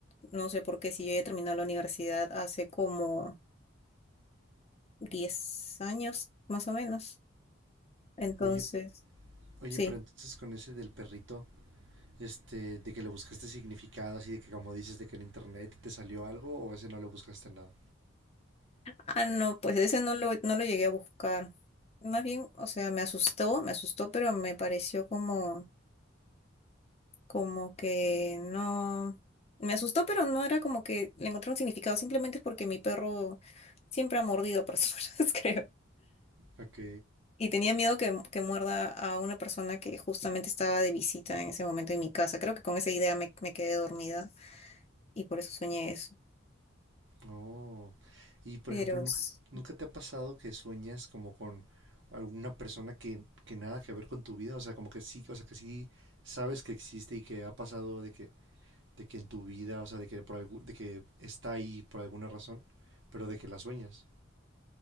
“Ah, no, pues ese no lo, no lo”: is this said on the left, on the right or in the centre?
Left